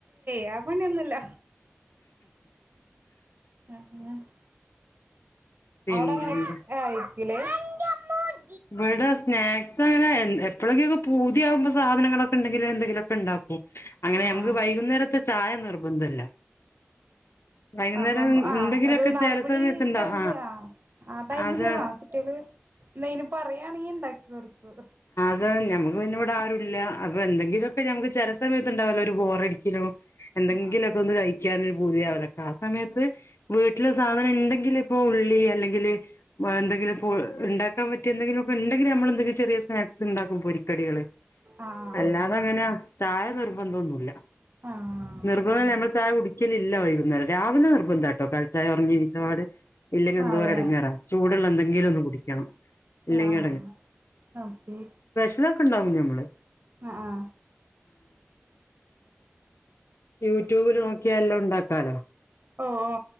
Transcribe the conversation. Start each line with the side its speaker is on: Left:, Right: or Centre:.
Right: <unintelligible> പണിയൊന്നുല <inaudible>
Left: പിന്നെന്താ
Right: അവിടെ എങ്ങനെ <inaudible> <unintelligible>
Left: ഇവിടെ സ്നാക് അങ്ങനെ എപ്പോഴെക്കെ പൂതിയാവുമ്പോൾ സാധനങ്ങളക്കെണ്ടെങ്കില എന്തെങ്കിലുക്കെ ണ്ടാക്കും അങ്ങനെ നമ്മുക്ക്
Right: ആഹ്
Left: വൈകുന്നേരത്തെ ചായ നിർബന്ധല്ല വൈകുന്നേരം
Right: ആ ആ
Left: എന്തെങ്കിലുമൊക്കെ
Right: ഒരു നാലുമണി
Left: ചില സമയത്ത് ഉണ്ടാവും
Right: ടൈമില് ആ ആ ടൈമില്
Left: അത്
Right: ആ കുട്ടികള് എന്തെങ്കിലും പറയാണെങ്കിൽ ഉണ്ടാക്കി കൊടുക്കും
Left: അത നമ്മക്ക് പിന്നെ ഇവിടെ ആരും ഇല്ല അപ്പൊ എന്തങ്കിലുമൊക്കെ നമുക്ക് ചില സമയത്ത് ഉണ്ടാവല്ലോ ബോറടിക്കലോ എന്തെങ്കിലുമൊക്കെ
Right: ആഹ്
Left: ഒന്ന് കഴിക്കാൻ ഒരു പൂതിയാവൂല്ലേ ആ സമയത്ത് വീട്ടില് സാധനം ഉണ്ടെങ്കില ഇപ്പോ ഉള്ളി അല്ലെ എന്തെങ്കില <unintelligible> ഉണ്ടാക്കാൻ പറ്റിയ എന്തെങ്കിലും ഒക്കെ ഉണ്ടെങ്കിൽ നമ്മൾ എന്തെിലും ചെറിയ സ്നാക്സ് ഉണ്ടാക്കും പൊരി കടികള്
Right: ആഹ്
Left: അല്ലാതെ അങ്ങനെ ചായ നിർബന്ധന്നുമില്ല
Right: ആഹ്
Left: നിർബന്ധം നമ്മൾ ചായ കുടി ഒരിക്കലുമില്ല വൈകുന്നേരം രാവിലെ നിർബന്താ കേട്ടോ കഴിച്ച ഉറങ്ങി എഴുന്നേറ്റപാട് ഇല്ലെങ്കിൽ എന്തോ
Right: അതെ
Left: ഒരു ഇടങ്ങേറാ ചൂടുള്ള എന്തെങ്കിലും ഒന്ന് കുടിക്കണം ഇല്ലെങ്കിൽ
Right: ആഹ ഓക്കെ
Left: ഇതൊക്ക ഉണ്ടാവുംഞമ്മള്
Right: ആ ആ
Left: യൂട്യൂബില് നോക്കിയാ എല്ലാം ഉണ്ടാക്കാലോ
Right: ഓ ഓ